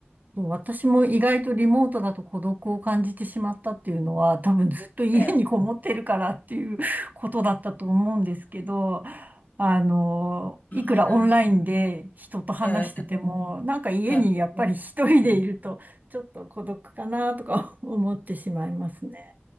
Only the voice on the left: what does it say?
ええあ
あ、
なるほど。え
えええ